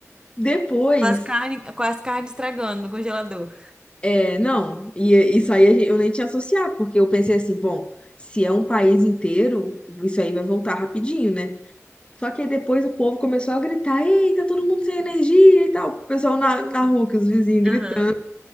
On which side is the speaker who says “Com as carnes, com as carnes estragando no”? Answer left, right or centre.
Right